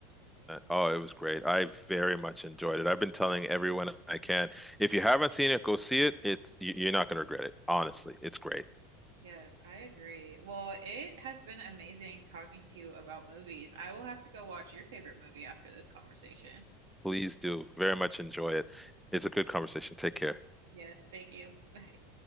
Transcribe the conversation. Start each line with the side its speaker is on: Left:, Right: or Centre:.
Centre: Oh, it was great. I very much enjoyed it. I've been telling everyone I can. If you haven't seen it, go see it. It's you- you're not going to regret it. Honestly, it's great.
Right: Yes, I agree. Well, it has been amazing talking to you about movies. I will have to go watch your favorite movie after this conversation.
Centre: Please do. Very much enjoy it. It's a good conversation. Take care.
Right: Yes, thank you. Bye.